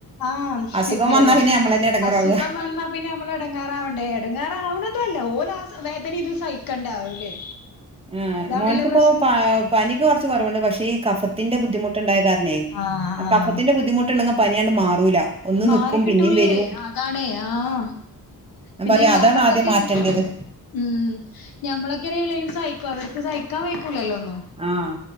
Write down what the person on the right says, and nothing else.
അസുഖം
വന്നാ പിന്നെ നമ്മളന്നെ എടങ്ങേറാവ
ആഹ്
മോനിക്കിപ്പോ
പ പനിക്ക് കുറച്ച് കുറവുണ്ട് പക്ഷേ ഈ കഫത്തിന്റെ ബുദ്ധിമുട്ടുണ്ടായ കാരണേ
കഫത്തിന്റെ ബുദ്ധിമുട്ട്ണ്ടെങ്കി പനിയാണ്ട് മാറൂല ഒന്ന്
നിക്കും പിന്നിം വരും
ഞാൻ
പറയാ
അതാണ് ആദ്യം മാറ്റേണ്ടത്
ആഹ്